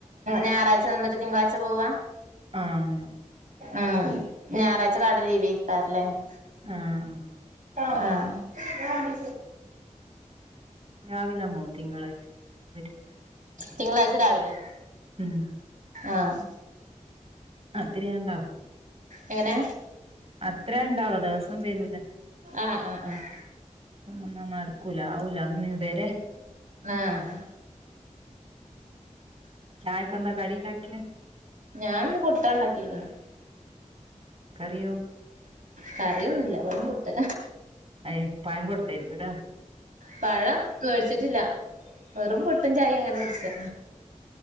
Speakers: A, on the right; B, on the right.
A: ഞായറാഴ്ച്ച നിന്നിട്ട് തിളാഴ്ച്ച പോവാ.
B: ആഹ് നോ
A: ആ ഞായറാഴ്ച്ച കട ലീവേകാരല്ലേരിക്കും
B: ആഹ്
A: ആഹ്
B: രാവിലെ മോള് തിങ്കളാഴ്ച അവര്.
A: തിങ്കളാഴ്ച രാവിലെ
B: ഉം
A: ആഹ്
B: പത്തിരി ഞാൻ ഉണ്ടാകും
A: എങ്ങനെ
B: അത്ര ഉണ്ടാവോ ദിവസം വരൂല.
A: ആഹ് ആ ഹ് ആഹ്
B: ഒന്നൊന്നും നടക്കൂല ആവൂല അങ്ങനെയ വേരെ
A: ആഹ്
B: ചായക്കെന്താ കടി ഒണ്ടാക്കിയേ.
A: ഞാൻ ഇന്ന് പുട്ടാണ് ഉണ്ടാക്കിയെക്കുന്നെ
B: കറിയോ
A: കറിയൊന്നുമില്ല വെറും പുട്ട്
B: അയ് പയം കൊടുത്തായിരിക്കും അല്ലേ
A: പഴം മേടിച്ചിട്ടില്ല വെറും പുട്ടും ചായയും അങ്ങനെ കുടിച്ചെ